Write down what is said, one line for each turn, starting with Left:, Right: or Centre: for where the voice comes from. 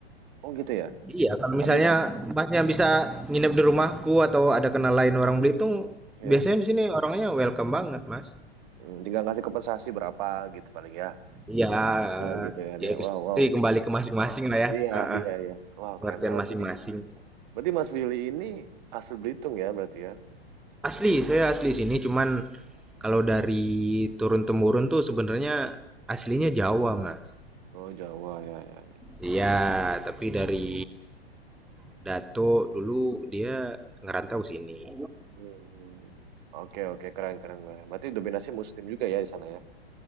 Right: oh gitu ya.
Centre: iya kalau
Right: Tapi
Centre: misalnya
Right: tetap
Centre: masnya bisa nginep di rumahku atau ada kenal lain orang Belitung
Right: ya,
Centre: biasanya di sini orangnya welcome banget mas
Right: mm, tinggal ngasih kompensasi berapa gitu paling ya.
Centre: iya
Right: Ya gitu kan
Centre: ya
Right: ya.
Centre: itu
Right: Wow,
Centre: sih
Right: wow.
Centre: kembali ke masing-masing lah ya
Right: Iya,
Centre: Heeh,
Right: iya, iya. Wow,
Centre: pengertian
Right: keren banget.
Centre: masing-masing
Right: Berarti, berarti Mas Willy ini asli Belitung ya berarti ya?
Centre: asli saya asli sini cuman kalau dari turun temurun tuh sebenarnya aslinya Jawa mas
Right: Oh Jawa ya, ya, ya.
Centre: Iya, tapi dari Dato dulu dia ngerantau sini.
Right: Hmm. Oke, oke, keren, keren, keren. Berarti dominasi Muslim juga ya di sana ya?